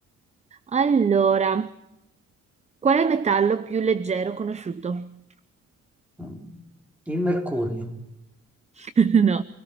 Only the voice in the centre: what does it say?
Mm, Il mercurio.